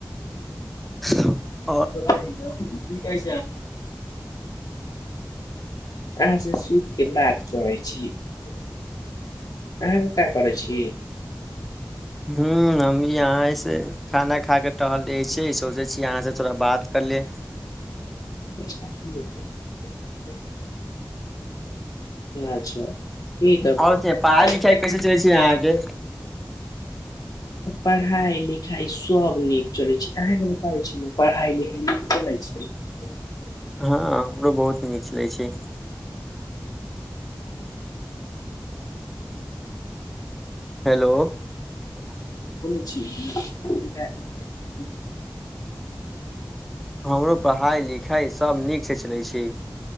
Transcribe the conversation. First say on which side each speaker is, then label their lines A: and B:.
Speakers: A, in the centre; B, on the left.
A: ह। <unintelligible>
B: ब तऽ आ सु। <unintelligible> के बात करै छी। <unintelligible> अहाँके का करै छी। <unintelligible>
A: ह्म्म हम भी यहाँसँ खाना खा कऽ टहल रहै छियै सोचै छीियै अहाँसँ थोड़ा बात कर ले। <unintelligible>
B: स् कर। <unintelligible> अच्छा ई तऽ पढ़ाइ
A: और पढ़ाई लिखाई
B: लिखइ
A: कैसे चलै
B: कै छै
A: अहाँके
B: आग पढ़ाइ लिखाइ। <unintelligible> सब नीक चलै छै अहाँके बताबै छी ने पढ़ाई लिखाई नीक चलै छै। <unintelligible>
A: हँ हमरो बहुत नीक छलै छै। <unintelligible> हेलो। <unintelligible>
B: ठ। <unintelligible>
A: हमरो पढ़ाइ लिखाइ सभ नीकसँ चलै छी।